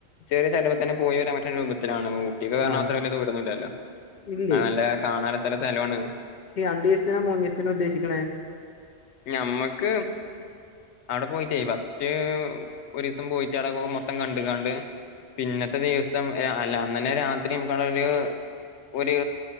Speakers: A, on the left; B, on the left.
A: ചെറിയ ചിലവിൽ തന്നെ പോയോ വരാൻ പറ്റുന്ന രൂപത്തിലാണ് ഊട്ടിക്ക് പോകാന
B: ആഹ്
A: അത്ര വലിയ ദൂരൊന്നും ഇല്ലല്ലോ
B: ഇല്ലേ
A: എന്ന നല്ല കാണുന്നുള്ള സ്ഥലമാണ്
B: രണ്ടു ദിവസത്തിനോ മൂന്ന് ദിവസത്തിനോ ഉദ്ദേശിക്കണേ
A: ഞമ്മക്ക് അവിടെ പോയിട്ടേ ഫസ്റ്റ് ഒരു ദിവസം പോയിട്ട് അവിടെ മൊത്തം കണ്ട് കണ്ട് പിന്നത്തെ ദിവസം അല്ല അന്ന തന്നെ രാത്രി നമുക്ക അവിടെ ഒരു ഒരു